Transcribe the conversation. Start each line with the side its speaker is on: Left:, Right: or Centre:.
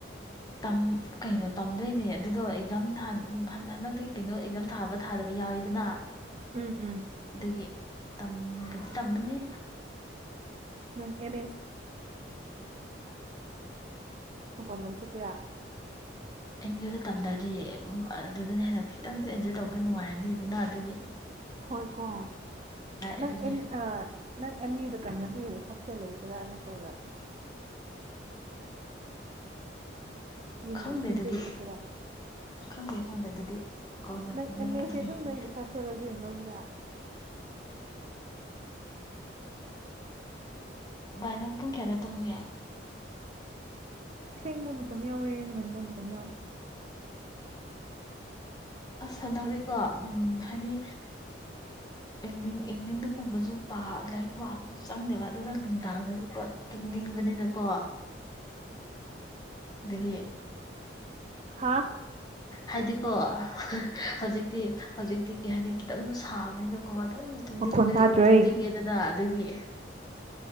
Left: ꯇꯝ ꯀꯩꯅꯣ ꯇꯝꯗꯣꯏꯅꯦ ꯑꯗꯨꯗꯣ ꯑꯦꯛꯖꯥꯝ ꯍꯟꯗꯛꯇꯤ ꯀꯩꯅꯣ ꯑꯦꯛꯖꯥꯝ ꯊꯥꯕ ꯊꯥꯗꯕ ꯌꯥꯎꯋꯤꯗ ꯑꯗꯨꯅꯥ
Right: ꯎꯝ ꯎꯝ
Left: ꯑꯗꯨꯒꯤ ꯇꯝꯕꯗꯤ ꯇꯝꯕꯅꯦ
Right: ꯅꯪ ꯑꯦꯝ ꯃꯄꯟ ꯂꯣꯝ ꯆꯠꯀꯦꯔ
Left: ꯑꯦꯝ ꯌꯨꯗ ꯇꯝꯗꯔꯗꯤ ꯑꯗꯨꯗꯅ ꯍꯦꯟꯅ ꯈꯤꯇꯪꯁꯨ ꯑꯦꯟꯖꯣꯏ ꯇꯧꯕ ꯅꯨꯡꯉꯥꯏꯔꯅꯤꯗꯅ ꯑꯗꯨꯅ ꯑꯗꯨꯗꯒꯤ
Right: ꯍꯣꯏ ꯀꯣ ꯅꯪ
Left: ꯑꯗꯨꯅꯦ
Right: ꯑ ꯅꯪ ꯑꯦꯝ ꯌꯨꯗ ꯇꯝꯅꯗꯤ ꯍꯣꯁ ꯁꯦ ꯂꯩꯒꯦꯔꯥ ꯅꯠꯇ꯭ꯔꯒ ꯌꯨꯝꯗꯩ
Left: ꯈꯪꯗꯦ
Right: ꯌꯨꯝꯗꯒꯤ
Left: ꯑꯗꯨꯗꯤ
Right: ꯆꯠꯀꯦꯔꯥ
Left: ꯈꯪꯗꯦ ꯈꯪꯗꯦ ꯑꯗꯨꯗꯤ ꯀꯣꯟꯅ
Right: ꯅꯪ ꯑꯦꯝꯑꯦꯁꯦ
Left: ꯌꯦꯡꯁꯦ
Right: ꯑꯗꯨꯝ ꯅꯣꯏꯒꯤ ꯁꯣꯁꯤꯌꯣꯂꯣꯖꯤ ꯑꯣꯏꯅ ꯂꯧꯒꯦꯔꯥ
Left: ꯚꯥꯏ ꯅꯪ ꯄꯨꯡ ꯀꯌꯥꯗ ꯇꯨꯝꯒꯦ
Right: ꯊꯦꯡꯕ ꯃꯇꯝ ꯌꯥꯎꯋꯦ ꯉꯟꯕ ꯃꯇꯝ ꯌꯥꯎꯋꯦ
Left: ꯑꯁ ꯍꯟꯗꯛꯇꯤ ꯀꯣ ꯎꯝ ꯍꯥꯏꯗꯤ ꯏꯚꯅꯤꯡ ꯏꯚꯅꯤꯡꯗꯒꯨꯝꯕꯁꯨ ꯂꯥꯏꯔꯤꯛ ꯄꯥꯕꯁꯨ ꯆꯪꯗꯦꯕ ꯑꯗꯨꯒ ꯅꯨꯡꯗꯥꯡꯗꯁꯨ ꯀꯣ ꯑꯗꯨꯝ ꯇꯨꯝꯅꯤꯡꯕꯅꯤꯅꯀꯣ ꯑꯗꯨꯗꯒꯤ
Right: ꯍꯥꯥ
Left: ꯍꯥꯏꯗꯤꯀꯣ ꯍꯧꯖꯤꯛꯇꯤ ꯍꯧꯖꯤꯛꯗꯤ ꯍꯥꯏꯗꯤ ꯈꯤꯇꯪꯁꯨ ꯁꯥꯕꯅꯤꯅꯀꯣ ꯑꯗꯨꯝ ꯇꯨꯝꯅꯤꯡꯕ
Right: ꯃꯈꯣꯟ ꯇꯥꯗ꯭ꯔꯦ
Left: ꯇꯨꯝꯅꯤꯡꯉꯦꯗꯅ ꯑꯗꯨꯒꯤ